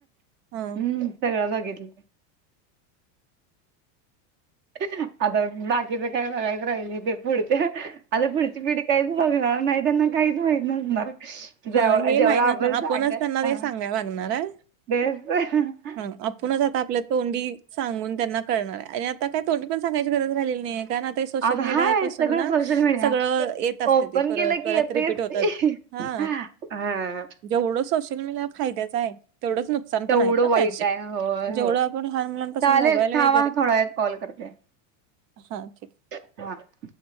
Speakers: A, on the right; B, on the right.
A: ह
B: हम्म सगळं बघितलं हा आता बाकीच काय बघायचं राहिले ते पुढच्या हा आता पुढची पिढी काहीच बघणार नाही त्यांना काहीच माहीत नसणार जव
A: हा हे
B: जेवढं
A: माहित नसणार
B: आपण
A: आपणच
B: सांग
A: त्यांना ते
B: ह
A: सांगायला लागणार आहे
B: बस ह
A: हा आपणच आता आपल्या तोंडी सांगून त्यांना कळणार आहे आणि आता काय तोंडी पण सांगायची गरज रालेली नाहीय कारण ते सोशल
B: आता
A: मीडिया
B: हाय
A: पासून
B: सगळं
A: ना
B: सोशल मीडिया
A: सगळं येत असते
B: ओपन
A: त परत
B: केलं की
A: परत
B: येतेच
A: रिपीट होतात
B: ती.
A: हा
B: हा
A: जेवढं सोशल मीडियाला फाद्याचं आहे तेवढंच नुकसान
B: तेवढं
A: पण आहे पाहीजे
B: वाईट आहे होय
A: जेवढं
B: होय.
A: आपण लहान मुलांपासून
B: चालेल
A: मोबाईल
B: थांबा
A: वगैरे
B: थोड्या वेळात कॉल करते
A: हा ठीक हाय
B: हा